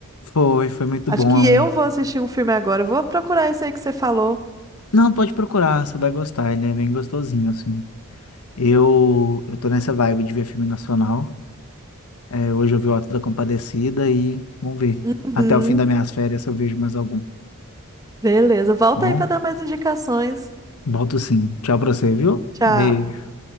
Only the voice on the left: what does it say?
foi, foi muito
bom.
É um,
Não, pode procurar, você vai gostar, ele é bem gostosinho, assim. Eu, eu tô nessa vibe de ver filme nacional. É, hoje eu vi o Auto da Compadecida e vamos ver.
Até o fim das minhas férias eu vejo mais algum.
Bom,
volto sim. Tchau pra você, viu?
Beijo.